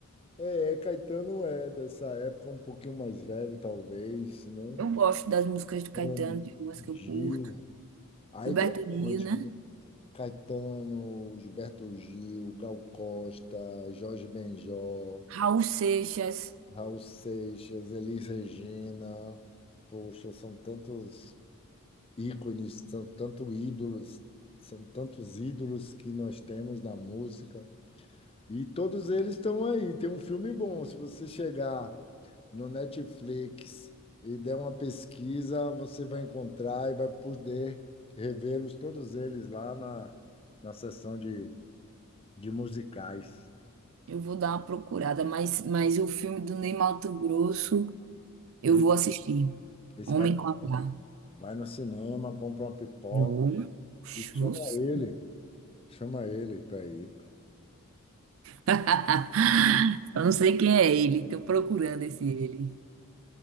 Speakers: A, on the left (about 25°); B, on the right (about 65°).
A: É, Caetano é dessa época um pouquinho mais velho, talvez, né?
B: Eu gosto das músicas do Caetano,
A: Hum,
B: tem umas
A: Gil.
B: que eu curto.
A: Aí
B: Gilberto
A: tem
B: Gil,
A: um monte,
B: né?
A: né? Caetano, Gilberto Gil, Gal Costa, Jorge Benjó,
B: Raul Seixas,
A: Raul Seixas, Elis Regina. Poxa, são tantos ícones, são tantos ídolos, são tantos ídolos que nós temos na música. E todos eles estão aí. Tem um filme bom. Se você chegar no Netflix e der uma pesquisa, você vai encontrar e vai poder revê-los todos eles lá na, na sessão de, de musicais.
B: eu vou dar uma procurada, mas, mas o filme do Ney Matogrosso eu
A: E-
B: vou assistir.
A: Esse
B: Homem
A: vai,
B: com H.
A: vai no cinema, compra uma pipoca
B: Vou. Oxe,
A: e chama
B: vou sim.
A: ele. Chama ele para ir.
B: <laughs> Eu não sei quem é ele, estou procurando esse ele.